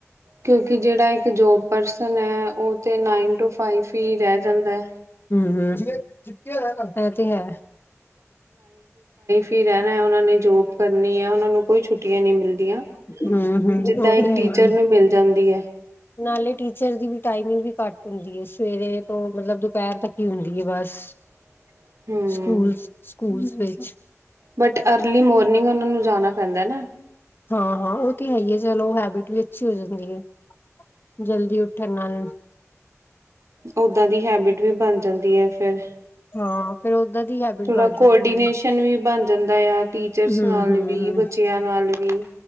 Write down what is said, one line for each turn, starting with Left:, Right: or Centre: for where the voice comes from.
Right: ਕਿਉਂਕਿ ਜਿਹੜਾ ਇੱਕ ਜੋਬ ਪਰਸਨ ਐ ਉਹ ਤਾਂ ਨਾਈਨ ਟੂ ਫਾਈਵ ਈ ਰਹਿ ਜਾਂਦਾ।
Left: ਹੂੰ, ਐ ਤੇ ਹੈ।
Right: ਵੀ ਰਹਿਣਾ ਹੈ ਉਹਨਾਂ ਨੇ ਜੋਬ ਕਰਨੀ ਹੈ ਉਹਨਾ ਨੂੰ ਕੋਈ ਛੁੱਟ ਛੁਟੀਆਂ ਨਹੀਂ ਮਿਲਦੀਆਂ
Left: ਉਹ
Right: ਜਿੱਦਾਂ
Left: ਤੇ
Right: ਇੱਕ
Left: ਹੈ
Right: ਟੀਚਰ
Left: ਹੀ ਹੈ।
Right: ਨੂੰ ਮਿਲ ਜਾਂਦੀ ਐ।
Left: ਨਾਲੇ ਟੀਚਰ ਦੀ ਵੀ ਟਾਈਮਿੰਗ ਵੀ ਘੱਟ ਹੁੰਦੀ ਹੈ ਸਵੇਰੇ ਤੋਂ ਮਤਲਬ ਦੁਪਹਿਰ ਤੱਕ ਹੀ ਹੁੰਦੀ ਹੈ ਬਸ
Right: <inaudible> ਹਮ।
Left: ਸਕੂਲ ਸਕੂਲਸ ਵਿਚ
Right: ਬਟ ਅਰਲੀ ਮੋਰਨਿੰਗ ਉਹਨਾਂ ਨੂੰ ਜਾਣਾ ਪੈਂਦਾ ਨਾ
Left: ਹਾਂ ਹਾਂ ਉਹ ਤੇ ਹੈ ਹੀ ਹੈ ਚਲੋ ਹੈਬਿਟ ਵੀ ਅੱਛੀ ਹੋ ਜਾਂਦੀ ਹੈ ਜਲਦੀ ਉੱਠਣ ਨਾਲ
Right: ਉਦਾਂ ਦੀ ਹੈਬਿਟ ਵੀ ਬਣ ਜਾਂਦੀ ਹੈ ਫਿਰ
Left: ਹਾਂ ਫੇਰ ਓਦਾਂ ਦੀ ਹੈਬਿਟ
Right: ਥੋੜਾ
Left: ਬਣ ਜਾਂਦੀ
Right: ਕੋਆਰਡੀਨੇਸ਼ਨ
Left: ਹੈ
Right: ਵੀ ਬਣ ਜਾਂਦਾ ਆ ਟੀਚਰਸ
Left: ਹੂੰ
Right: ਨਾਲ
Left: ਹੂੰ
Right: ਵੀ ਬੱਚਿਆਂ ਨਾਲ ਵੀ